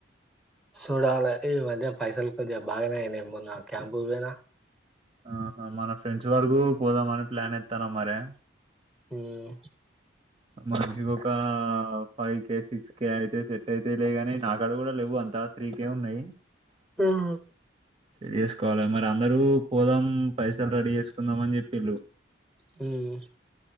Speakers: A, in the centre; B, on the right.
A: చూడాలే ఈ మధ్య పైసల్ కొద్దిగా బాగానే అయినాయి మొన్న క్యాంపు పోయినా
B: ఆహ మన ఫ్రెండ్స్ వరకు పోదామని ప్లాన్ ఇస్తాను మరే
A: హమ్
B: మంచిగా ఒక ఫైవ్ కే సిక్స్ కే అయితే సెట్ అయితే లే ని నా కాడ కూడా లేవు అంతా త్రీ కే ఉన్నాయి
A: మ్మ్
B: సరియస్ కాల్ అమ అందరూ పోదాం పైసలు రెడీ చేసుకుందాం అని చెప్పిళు
A: మ్మ్